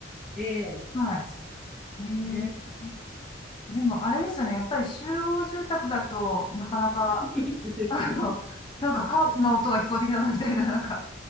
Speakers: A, in the centre; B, on the left.
A: て、
B: あ、はい。
A: そ
B: えー、
A: うね。
B: でもあれですよね。やっぱり集合住宅だとなかなか、
A: <laughs> ですよ。
B: あの、なんかハープの音が聞こえてきたぞみたいな、なんか。